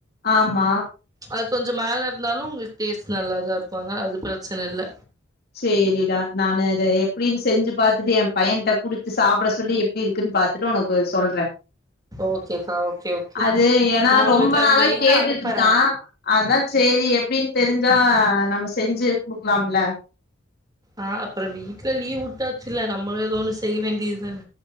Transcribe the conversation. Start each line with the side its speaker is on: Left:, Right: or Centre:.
Left: ஆமா
Right: அது கொஞ்சோ மேல இருந்தாலு உங்களுக்கு டேஸ்ட் நல்லாதா இருக்கு அதனால அது பிரெச்சன இல்ல
Left: சே ரிடா நானு இத எப்டினு செஞ்சு பாத்துட்டு என் பையன்ட குடுத்து சாப்ட சொல்லி எப் எப்டி இருக்குன்னு பாத்துட்டு உனக்கு சொல்றே
Right: ஓகேக்கா ஓகே ஓகே
Left: அது ஏனா
Right: நா உங்களுக்கு
Left: ரொம்ப நாளா
Right: அந்த இத
Left: கேட்டுட்டு
Right: அனுப்புறே
Left: ருக்கா. அதா செரி எப்டின் தெரிஞ்சா நம்ம செஞ்சு குடுக்கலாம்ல.
Right: ஆ அப்ற வீட்ல லீவ் விட்டாசில்ல நம்மளு ஏதோ ஒன்னு செய்ய வேண்டியதுதான